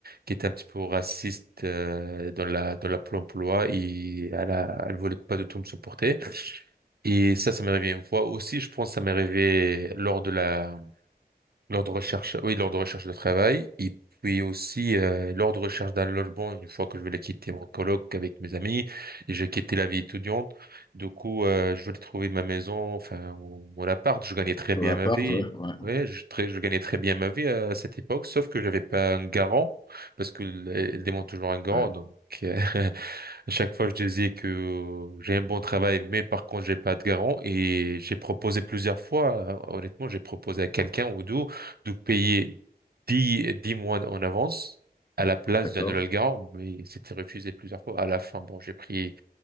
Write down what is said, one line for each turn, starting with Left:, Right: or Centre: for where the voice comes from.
Right: qui était un petit peu raciste euh, dans la dans la Pôle emploi et elle a, elle voulait pas du tout me supporter. Et ça, ça m'est arrivé une fois aussi. Je pense que ça m'est arrivé lors de la l'ordre de recherche, oui, l'ordre de recherche de travail, et puis aussi euh, l'ordre de recherche d'un logement une fois que je voulais quitter mon coloc avec mes amis, et j'ai quitté la vie étudiante. Du coup, euh, je voulais trouver ma maison, enfin, ou mon appart. Je gagnais très
Left: Ton
Right: bien
Left: appart,
Right: ma vie.
Left: ouais, ouais,
Right: Ouais, je, très, je gagnais très bien ma vie à cette époque, sauf que j'avais pas un garant, parce qu'elle demande toujours un garant,
Left: ouais,
Right: donc euh, <laughs> À chaque fois, je disais que euh, j'ai un bon travail, mais par contre, j'ai pas de garant. Et j'ai proposé plusieurs fois, euh, honnêtement, j'ai proposé à quelqu'un ou deux de payer dix dix mois en avance à la place
Left: d'accord.
Right: d'un nouvel garant, mais c'était refusé plusieurs fois. À la fin, bon, j'ai pris,